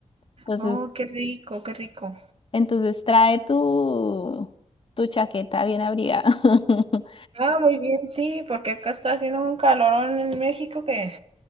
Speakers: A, on the left; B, on the right.
A: Entonces,
B: Oh, qué rico, qué rico.
A: entonces trae tu, tu chaqueta bien abrigada. <laughs>
B: Ah, muy bien, sí, porque acá está haciendo un calorón en México que